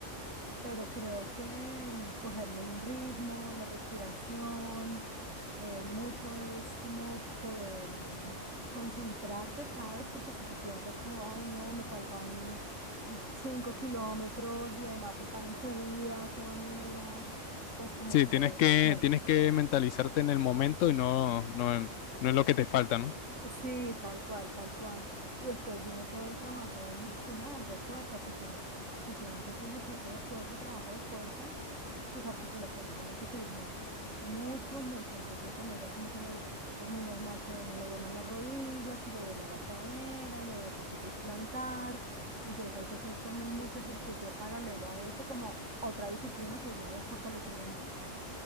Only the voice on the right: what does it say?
pero creo que mm, cogerle el ritmo, la respiración, eh, mucho es como poder mm, concentrarte, ¿sabes? Porque si tú piensas como, ay, no, me faltan mm, cinco kilómetros y además están en subida, qué mamera, pues como
que
te
pierdes.
Sí, tal cual, tal cual. Y después viene todo el trabajo muscular de fuerza. Si tú no, has- si tú no haces ejercicio de fuerza, trabajo de fuerza, tus articulaciones van a sufrir mucho, mucho, mucho. Entonces comienzas como que me- es muy normal que a uno le duelan las rodillas y le duela la cadera y le dé fascitis plantar. Entonces hay que hacer también mucho ejercicio paralelo a eso, como otra disciplina que es la de fortalecimiento